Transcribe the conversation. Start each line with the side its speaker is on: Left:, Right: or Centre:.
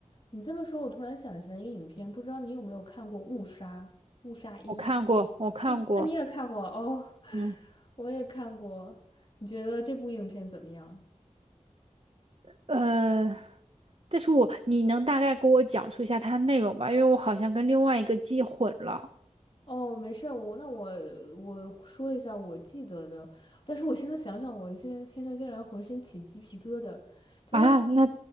Left: 你这么说，我突然想起来一个影片，不知道你有没有看过《误杀》《误杀一》
Right: 我看过，我看过，
Left: 啊？你也看过哦，<laughs>
Right: 嗯，
Left: 我也看过。你觉得这部影片怎么样？
Right: 呃，但是我你能大概给我讲述一下它内容吧？因为我好像跟另外一个记混了
Left: 哦，没事儿，我那我我说一下我记得的，但是我现在想想，我现在现在竟然浑身起鸡皮疙瘩，就是
Right: 啊。那